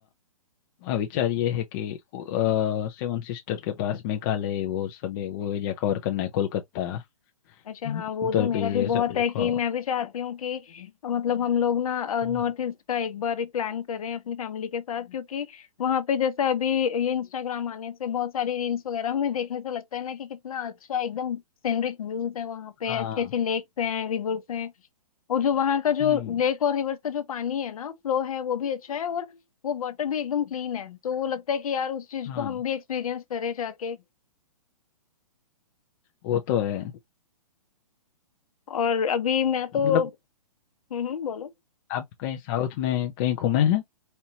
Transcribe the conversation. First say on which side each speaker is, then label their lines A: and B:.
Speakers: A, on the left; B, on the left.
A: हाँ, विचार ये है कि सेवन सिस्टर के पास मेघालय वो सब है वो एरिया कवर करना है कोलकाता हम्म,
B: अच्छा हाँ वो
A: उधर
B: तो मेरा
A: भी
B: भी
A: ये
B: बहुत
A: सब देखो
B: है कि मैं भी चाहती हूँ कि अ, मतलब हम लोग ना
A: हम्म
B: नॉर्थ ईस्ट का एक बार एक प्लान करें अपनी फैमिली के साथ क्योंकि वहाँ पे जैसा अभी ये इंस्टाग्राम आने से बहुत सारी रील्स वगैरह में देखने से लगता है ना कि कितना अच्छा एकदम सीनरिक व्यूज है वहाँ पे
A: हाँ
B: अच्छे अच्छे लेक्स हैं रिवर्स हैं और जो वहां का जो
A: हम्म
B: लेक और रिवर्स का जो पानी है ना फ्लो है वो भी अच्छा है और वो वाटर भी एकदम क्लीन है तो वो लगता है कि यार उस चीज
A: हाँ
B: को हम भी एक्सपीरियंस करें जाके
A: वो तो है
B: और अभी मैं तो
A: मतलब
B: हम्म हम्म, बोलो
A: आप कहीं साउथ में कहीं घूमे हैं